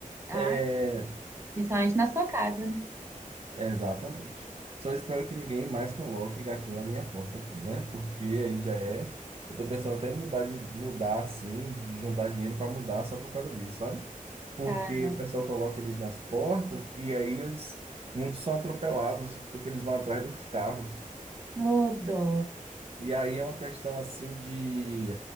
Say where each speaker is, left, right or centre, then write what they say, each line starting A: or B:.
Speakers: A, on the right; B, on the right.
A: Ai,
B: É,
A: principalmente na sua casa, né?
B: Exatamente. Só espero que ninguém mais coloque gatinho na minha porta aqui, né? Porque aí já é. Eu tô pensando até em mudar, de mudar assim, de juntar dinheiro para mudar só por causa disso, sabe? Porque
A: Cara,
B: o pessoal coloca eles nas portas e aí eles, muitos são atropelados porque eles vão atrás dos carros.
A: ô dó.
B: E aí é uma questão assim de.